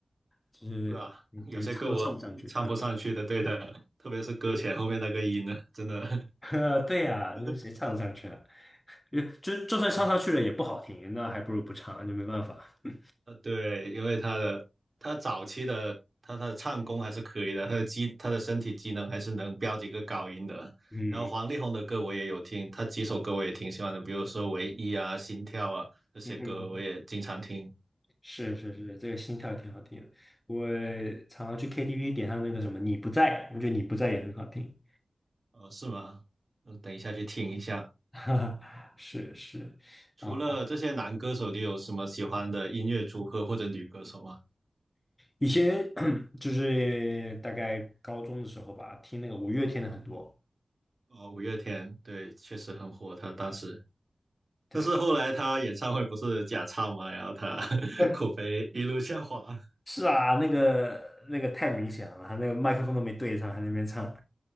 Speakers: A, on the left; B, on the right.
A: 就是嗯感觉唱都唱不上去。
B: 是啊，有些歌我唱不上去的，
A: 嗯，
B: 对的，特别是歌前后面那个音呢，真的，
A: <laughs> 对呀、
B: <laughs>
A: 那谁唱得上去啊？就就就算唱上去了也不好听，
B: 呃，
A: 那还不如不唱，就没办法。<laughs>
B: 呃，对，因为他的他早期的他他的唱功还是可以的，他的机他的身体机能还是能飙几个高音的。
A: 嗯
B: 然后黄力宏的歌我也有听，他几首歌我也挺喜欢的，比如说《唯一》啊、《心跳》啊这些歌我也经常听。
A: 嗯哼，是是是，这个心跳也挺好听的。我常常去 KTV 点他那个什么《你不在》，我觉得《你不在》也很好听。
B: 哦，是吗？嗯，等一下去听一下。
A: <laughs> 哈哈，是是，
B: 除了这些男歌手，
A: 啊，
B: 你有什么喜欢的音乐组合或者女歌手吗？
A: 以前 <clears throat> 就是大概高中的时候吧，听那个五月天的很多。
B: 哦，五月天，对，确实很火，他当时。
A: 对，
B: 但是后来他演唱会不是假唱嘛，然后他 <laughs>
A: 呃，
B: 口碑一路下滑。
A: 是啊，那个那个太明显了，他那个麦克风都没对上，还在那边唱。